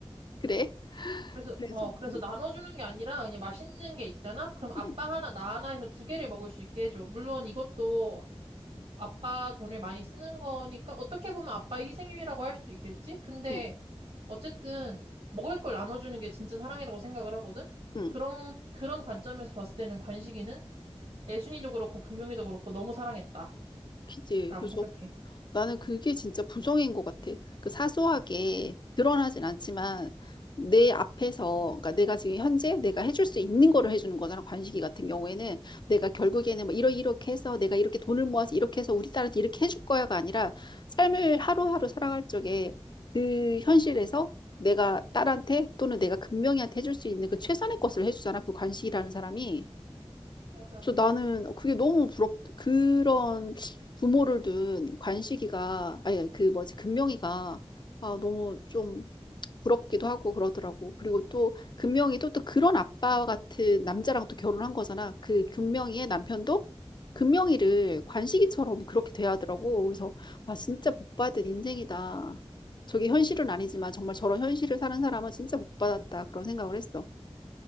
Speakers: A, on the left (about 45°); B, on the right (about 85°).
A: 그래?
B: 그래서,
A: 그래서
B: 어, 그래서
A: 응
B: 나눠주는 게 아니라 그냥 맛있는 게 있잖아? 그럼 아빠
A: 응
B: 하나, 나 하나 해서 두 개를 먹을 수 있게 해줘. 물론 이것도 아빠 돈을 많이 쓰는 거니까 어떻게 보면 아빠 희생이라고 할 수도 있겠지? 근데
A: 응
B: 어쨌든 먹을 걸 나눠주는 게 진짜 사랑이라고 생각을 하거든? 근데
A: 응,
B: 그런, 그런 관점에서 봤을 때는 관식이는 애순이도 그렇고 금용이도 그렇고 너무 사랑했다라고
A: 그치. 그래서
B: 생각해.
A: 나는 그게 진짜 부정인 것 같아. 그 사소하게 드러나진 않지만 내 앞에서, 그러니까 내가 지금 현재 내가 해줄 수 있는 거를 해주는 거잖아. 관식이 같은 경우에는 내가 결국에는 뭐 이러 이렇게 해서 내가 이렇게 돈을 모아서 이렇게 해서 우리 딸한테 이렇게 해줄 거야가 아니라 삶을 하루하루 살아갈 적에 그 현실에서 내가 딸한테 또는 내가 금명이한테 해줄 수 있는 그 최선의 것을 해주잖아. 그 관식이라는 사람이.
B: 맞아.
A: 저 나는 그게 너무 부럽, 그런 부모를 둔 관식이가, 아니, 아니, 그 뭐지, 금명이가, 아, 너무 좀 부럽기도 하고 그러더라고. 그리고 또 금명이도 또 그런 아빠 같은 남자랑 또 결혼한 거잖아. 그 금명이의 남편도 금명이를 관식이처럼 그렇게 대하더라고. 그래서, 와, 진짜 복 받은 인생이다. 저게 현실은 아니지만 정말 저런 현실을 사는 사람은 진짜 복 받았다. 그런 생각을 했어.